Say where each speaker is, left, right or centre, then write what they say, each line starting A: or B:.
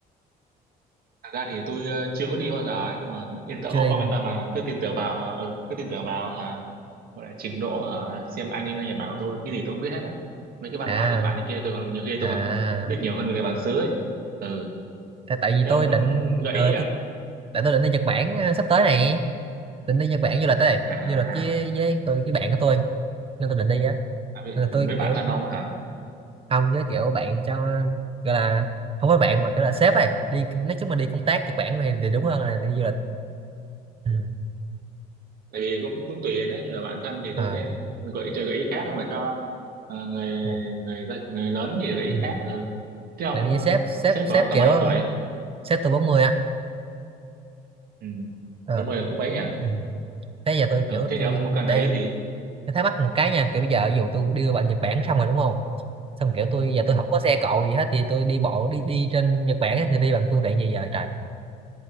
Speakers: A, on the right; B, on the right.
A: Thật ra thì tôi ờ, chưa có đi bao giờ ấy, nhưng mà yên tâm
B: chưa
A: ông,
B: đi
A: ông
B: luôn
A: yên tâm là cứ tin tưởng vào ừ, cứ tin tưởng vào hả? Gọi là trình độ hả xem anime Nhật Bản của tôi, cái gì tôi cũng biết hết á. Mấy cái văn
B: à
A: hóa Nhật Bản này kia tôi còn nhiều khi
B: à
A: tôi còn biết nhiều hơn người bản xứ ấy. Ừ,
B: tại, tại vì
A: thế
B: tôi
A: ông muốn
B: định
A: gợi
B: ờ,
A: ý à?
B: tôi, tại tôi định đi Nhật Bản ờ, sắp tới này định đi Nhật Bản du lịch đây
A: À,
B: du lịch với với cái cái bạn của tôi nên tôi định đi á
A: à, với,
B: nên là
A: với
B: tôi
A: bạn
B: kiểu
A: thân ông á
B: không với kiểu bạn cho gọi là không phải bạn mà kiểu là sếp ấy đi nói chung là đi công tác Nhật Bản này thì đúng hơn là đi du lịch ừ.
A: tại vì cũng cũng tùy đấy như là bạn thân thì
B: à,
A: tôi sẽ gợi cho gợi ý khác mà cho ờ, người
B: này.
A: người gia- người lớn thì gợi ý
B: Ừ.
A: khác ừ. thế ông
B: tại vì
A: ờ,
B: sếp sếp
A: sếp
B: sếp
A: của ông tầm
B: kiểu
A: bao nhiêu tuổi
B: sếp tôi 40 á
A: ừ.
B: ờ
A: cũng mười cũng mấy nhỉ
B: ừ. thế giờ tôi
A: ừ.
B: kiểu
A: thế
B: tôi
A: thì ông cần gợi
B: đang
A: ý gì
B: tôi thắc mắc một cái nha kiểu bây giờ ví dụ tôi đưa bạn Nhật Bản xong rồi đúng không xong kiểu tôi giờ
A: ừ.
B: tôi không có xe cộ gì hết thì tôi đi bộ đi đi trên Nhật Bản á, thì đi bằng phương tiện gì giờ trời